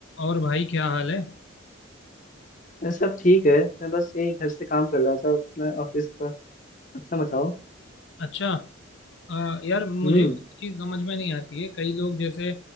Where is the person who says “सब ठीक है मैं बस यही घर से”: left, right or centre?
Left